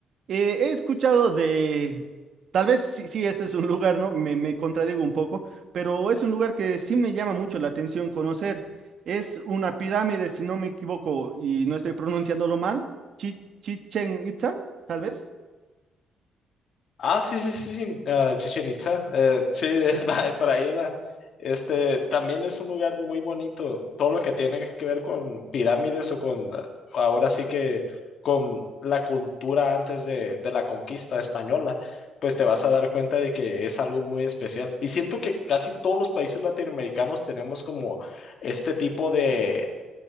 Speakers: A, on the right; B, on the left.
A: Eh, he escuchado de, tal vez sí, sí, este es un lugar, ¿no? Me, me contradigo un poco, pero es un lugar que sí me llama mucho la atención conocer. Es una pirámide, si no me equivoco y no estoy pronunciándolo mal, Chi- Chichen Itza, tal vez.
B: Ah, sí, sí, sí, sí, ah, Chichen Itza. eh, sí, es, <laughs> va- por ahí va. Este también es un lugar muy bonito. Todo lo que tiene que ver con pirámides o con, ah, ahora sí que con la cultura antes de, de la conquista española, pues te vas a dar cuenta de que es algo muy especial. Y siento que casi todos los países latinoamericanos tenemos como este tipo de